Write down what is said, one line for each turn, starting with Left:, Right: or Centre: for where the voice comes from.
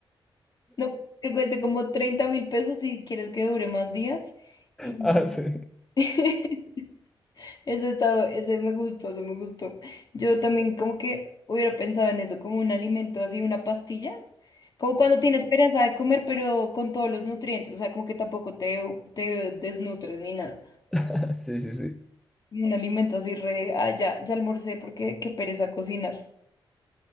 Left: no, que cueste como treinta mil pesos si quieres que dure más días. Y...
Centre: Ah, sí.
Left: <laughs> Ese estaba, ese me gustó, ese me gustó. Yo también como que hubiera pensado en eso, como un alimento así, una pastilla. Como cuando tienes pereza de comer, pero con todos los nutrientes. O sea, como que tampoco te, te desnutres ni nada.
Centre: <laughs> Sí, sí, sí.
Left: Un alimento así re... Ah, ya, ya almorcé porque qué pereza cocinar.